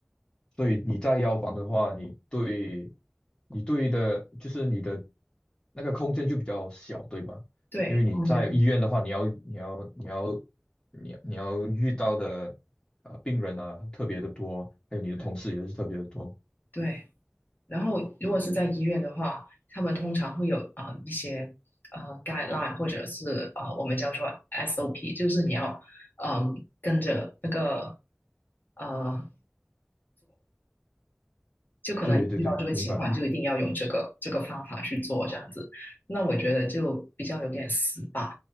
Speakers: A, on the left; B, on the left.
A: 所以你在药房的话，你对，你对的，就是你的那个空间就比较小，对吧？
B: 对，
A: 因为你在医院的话，
B: 空间是
A: 你要你要你要你要你要遇到的呃病人啊特别的多，还有你的同事也是特别的多。
B: 对对。然后如果是在医院的话，他们通常会有啊、呃一些呃 guideline 或者是呃我们叫做 SOP，就是你要嗯、跟着那个呃就可能遇到这个情况，
A: 对对对，明白
B: 就一定要用这个这个方法去做这样子。那我觉得就比较有点死板。